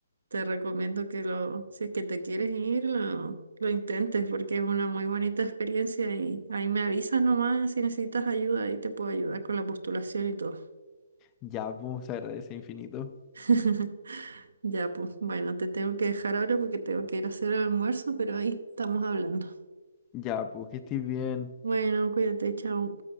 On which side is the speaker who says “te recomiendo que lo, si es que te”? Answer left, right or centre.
Right